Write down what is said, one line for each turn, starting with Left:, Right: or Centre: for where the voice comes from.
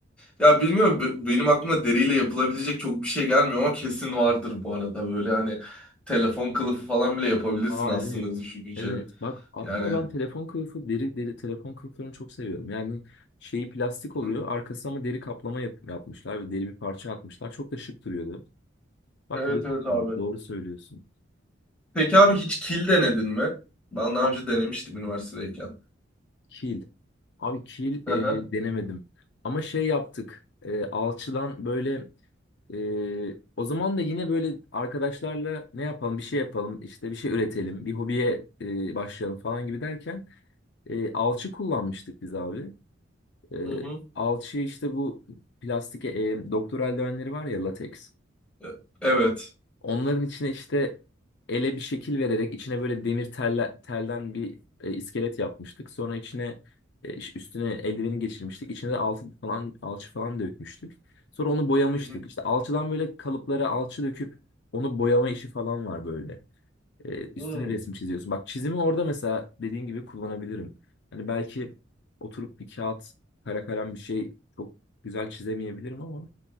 Centre: Ya bilmiyorum b- benim aklıma deriyle yapılabilecek çok bir şey gelmiyor ama kesin vardır bu arada. Böyle hani telefon kılıfı falan bile yapabilirsin
Left: Aa
Centre: aslında
Left: evet.
Centre: düşününce.
Left: Evet bak hatta
Centre: Yani
Left: ben telefon kılıfı deri deri telefon kılıflarını çok seviyorum. Yani şeyi plastik oluyor
Centre: hı,
Left: arkası ama deri kaplama yap- yapmışlar ve deri bir parça atmışlar. Çok da şık duruyordu. Bak
Centre: evet
Left: deri
Centre: evet
Left: kaplama,
Centre: abi.
Left: doğru söylüyorsun.
Centre: Peki abi hiç kil denedin mi? Ben daha
Left: A-
Centre: önce denemiştim üniversitedeyken.
Left: kil. Abi kil
Centre: Hı
Left: e,
Centre: hı.
Left: denemedim. Ama şey yaptık. E, alçıdan böyle e, o zaman da yine böyle arkadaşlarla ne yapalım bir şey yapalım işte bir şey üretelim bir hobiye e, başlayalım falan gibi derken e, alçı kullanmıştık biz abi. E,
Centre: Hı hı.
Left: alçı işte bu plastik e, doktor eldivenleri var ya lateks.
Centre: E- Evet.
Left: Onların içine işte ele bir şekil vererek içine böyle demir telle, telden bir e, iskelet yapmıştık. Sonra içine e, iş- üstüne eldiveni geçirmiştik. İçine de alçı falan alçı falan dökmüştük. Sonra onu boyamıştık.
Centre: Hı hı.
Left: İşte alçıdan böyle kalıplara alçı döküp onu boyama işi falan var böyle. E, üstüne
Centre: Hı.
Left: resim çiziyorsun. Bak çizimi orada mesela dediğin gibi kullanabilirim. Hani belki oturup bir kağıt, kara kalem bir şey çok güzel çizemeyebilirim ama